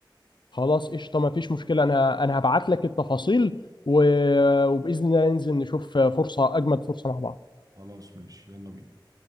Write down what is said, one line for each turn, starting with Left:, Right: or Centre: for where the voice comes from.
Left: خلاص قشطه ما فيش مشكله انا انا هبعت لك التفاصيل و... وباذن الله ننزل نشوف فرصه اجمد فرصه مع بعض
Right: خلاص ماشي يلا بينا